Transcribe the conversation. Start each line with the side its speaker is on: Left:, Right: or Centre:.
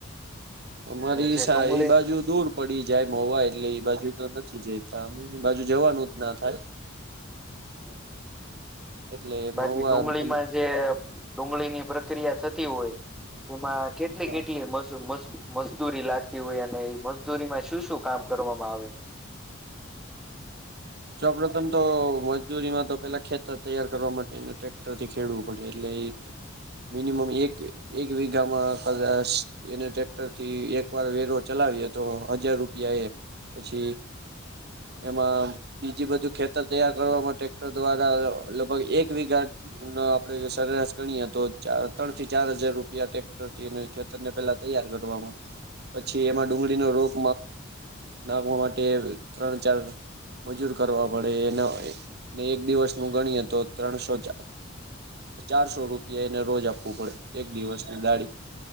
Right: અમારી
Centre: જે ડુંગળી
Right: એ બાજુ દૂર પડી જાય મોવા એટલે એ બાજુ તો નથી પછી જયતા બાજુ જવાનું જ ના થાય
Centre: <inaudible>
Right: એટલે
Centre: બાકી
Right: મહુવા
Centre: ડુંગળીમાં
Right: અમે
Centre: જે ડુંગળીની પ્રક્રિયા થતી હોય એમાં કેટલી
Right: હા
Centre: કેટલી મ મજદૂરી લાગતી હોય અને એ મજદૂરીમાં શું શું કામ કરવામાં આવે <inaudible>
Right: સૌપ્રથમ તો મજૂરીમાં તો પેલા ખેતર તૈયાર કરવા માટેને ટ્રેક્ટર થી ખેડવું પડે એટલે એજ મિનિમમ એક એક વિઘામાં કદાચ એને ટ્રેક્ટરથી એક વાર વેરો ચલાવે તો હજાર રૂપિયા એ પછી
Centre: <inaudible>
Right: એમાં બીજી બધું ખેતર તૈયાર કરવામાં ટ્રેક્ટર દ્વારા લગભગ એક વિઘા આપડે સરેરાશ ગણીએ તો ત્રણ થી ચાર હજાર રૂપિયા ટક્ટર થી ખેતરને પેલા તૈયાર કરો પછી એમાં ડુંગળીનો રોપ નાખવા માટે ત્રણ ચાર મજૂર કરવા પડે એ એને એક દિવસનું ગણી તો ત્રણસો ચાર ચારસો રૂપિયા એને રોજ આપવું પડે એક દિવસની દાઢી